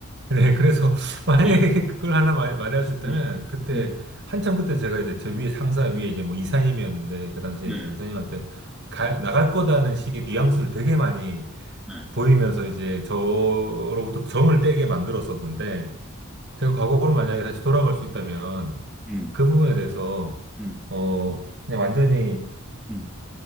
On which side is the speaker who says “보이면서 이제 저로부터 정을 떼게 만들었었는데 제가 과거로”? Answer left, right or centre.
Right